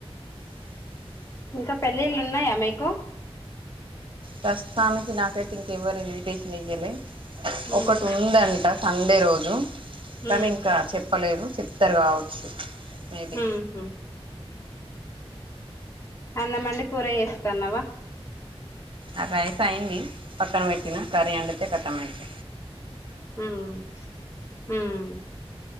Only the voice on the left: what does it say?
ఇంకా పెళ్ళిళ్ళు ఉన్నాయా మీకు
ఉమ్
ఉమ్
ఊహ్మ్ అన్నమండి కూర ఏస్తాన్నవా
ఊమ్ ఊమ్